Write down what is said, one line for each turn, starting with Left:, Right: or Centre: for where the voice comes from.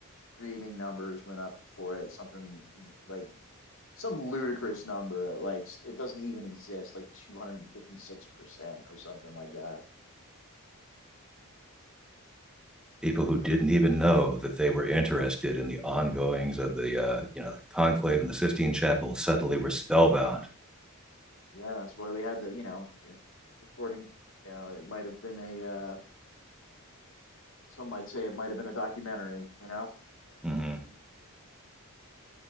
Left: streaming numbers went up for it, something like some ludicrous number, like it doesn't even exist, like 256% or something like that.
Centre: People who didn't even know that they were interested in the ongoings of the uh, you know the conclave in the Sistine Chapel suddenly were spellbound.
Left: Yeah, that's why we had the you know, it- according, you know, it might have been a, uh, some might say it might have been a documentary, you know?
Centre: Mm-hmm.